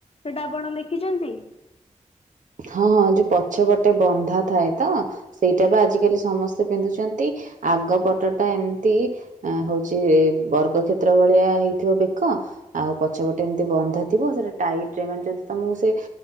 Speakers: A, on the left (about 50°); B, on the right (about 80°).
A: ସେଟା ଆପଣ ଦେଖିଚନ୍ତି?
B: ହଁ ହଁ, ଯଉ ପଛ ପଟେ ବନ୍ଧା ଥାଏ ତ। ସେଇଟା ବି ଆଜିକାଲି ସମସ୍ତେ ପିନ୍ଧୁଚନ୍ତି, ଆଗ ପଟଟା ଏମ୍ତି ହଉଚି ବର୍ଗ କ୍ଷେତ୍ର ଭଳିଆ ହେଇଥିବ ବେକ। ଆଉ ପଛପଟେ ଏମ୍‌ତି ବନ୍ଧା ଥିବ, ସେଟା ଟାଇଟ୍ ରେ ଯଦି ତମକୁ ସେ